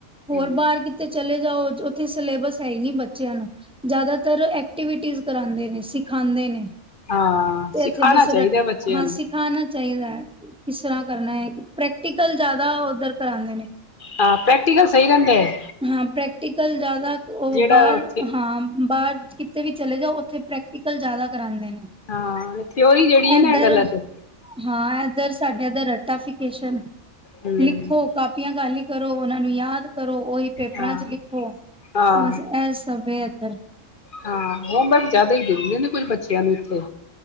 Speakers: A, in the centre; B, on the left.
A: ਹੋਰ,
B: ਹੂੰ
A: ਬਾਹਰ ਕਿਤੇ ਚਲੇ ਜਾਉ, ਉਥੇ ਸਿਲੇਬਸ ਹੈ ਹੀ ਨੀ ਬੱਚਿਆਂ ਨੂੰ, ਜਿਆਦਾਤਰ ਐਕਟੀਵਿਟੀਜ ਕਰਾਂਦੇ ਨੇ, ਸਿਖਾਂਦੇ ਨੇ।
B: ਹਾਂ
A: ਤੇ
B: ਸਿਖਾਣਾ
A: ਇੱਥੇ ਬਸ
B: ਚਾਹੀਦਾ
A: ਰ,
B: ਬੱਚਿਆਂ
A: ਹਾਂ
B: ਨੂੰ
A: ਸਿਖਾਣਾ ਚਾਹੀਦਾ ਹੈ। ਇਸ ਤਰ੍ਹਾਂ ਕਰਨਾ ਹੈ, ਪ੍ਰੈਕਟੀਕਲ ਜਿਆਦਾ ਉੱਧਰ ਕਰਾਂਦੇ ਨੇ।
B: ਆਹ! ਪ੍ਰੈਕਟਿਕਲ ਸਹੀ ਰਹਿੰਦੇ ਏ।
A: ਹਾਂ, ਪ੍ਰੈਕਟੀਕਲ ਜ਼ਿਆਦਾ ਉਹ,
B: ਜਿਹੜਾ
A: ਬਾਹਰ
B: ਉੱਥੇ
A: ਹਾਂ, ਬਾਅਦ ਚ। ਕਿਤੇ ਵੀ ਚਲੇ ਜਾਓ, ਉੱਥੇ ਪ੍ਰੈਕਟੀਕਲ ਜਿਆਦਾ ਕਰਾਂਦ ਨੇ
B: ਹਾਂ ਥਿਓਰੀ ਜਿਹੜੀ ਐ
A: ਐਧਰ
B: ਨਾ ਗਲਤ ਐ
A: ਹਾਂ, ਐਧਰ ਸਾਡੇ ਏਧਰ ਟਾਫਿਕੇਸ਼ਨ
B: ਹੂੰ
A: ਲਿਖੋ, ਕਾਪੀਆਂ ਕਾਲੀ ਕਰੋ, ਉਹਨਾਂ ਨੂੰ ਯਾਦ ਕਰੋ। ਓ ਪੇਪਰਾਂ
B: ਹਾਂ
A: ਚ ਲਿਖੋ,
B: ਹਾਂ
A: ਬਸ ਐ ਸਭੇ ਏ। ਫੇਰ
B: ਹਾਂ, ਹੋਮਵਰਕ ਜਿਆਦਾ ਹੀ ਦਿੰਦੀਆ ਨੇ, ਕੁੱਝ ਬੱਚਿਆਂ ਨੂੰ ਇੱਥੇ